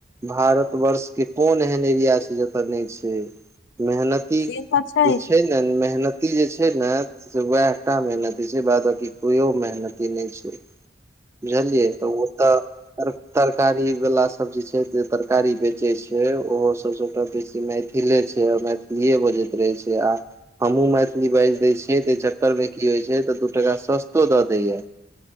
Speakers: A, on the right; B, on the left.
A: भारत वर्ष के कोन एहन एरिया छै जत नय छय मेहनत इ
B: से तऽ छै
A: जे छय न मेहनत इ जे छय ने से वेह टा मेहनती छैय बाद बाकी कियो मेहनत मेहनती नय छय बुझलियै तऽ ओ तऽ तरकारी वला सब‌ जे छैय से तरकारी बेचै छै ओहो सब सबटा बेसी खेले छय मैथिलीए बजति रहै छय आ हमहु मैथिली बाजि दय छियै तई चक्कर मे की होइ छय तऽ दू टाका सस्तो द दइया